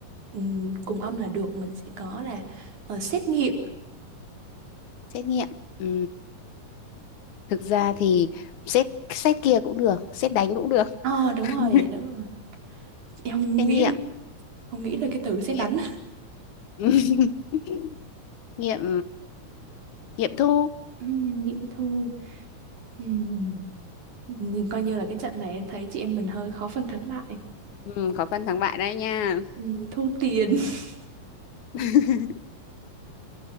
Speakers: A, on the right (about 65°); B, on the left (about 65°).
A: ừ, cùng âm là được mình sẽ có là ờ, xét nghiệm
B: xét nghiệm ừ. thực ra thì xét xét kia cũng được xét đánh cũng được
A: ờ đúng rồi
B: <laughs>
A: đúng rồi em không
B: xét
A: nghĩ
B: nghiệm
A: không nghĩ ra cái từ xét
B: nghiệm
A: đánh
B: <laughs> nghiệm nghiệm thu
A: Ừm, Nghiệm thu Ừm, Nhưng coi như là cái trận này em thấy chị em mình hơi khó phân thắng bại
B: ừ, khó phân thắng bại đây nha
A: Ừm, Thu tiền <laughs>
B: <laughs>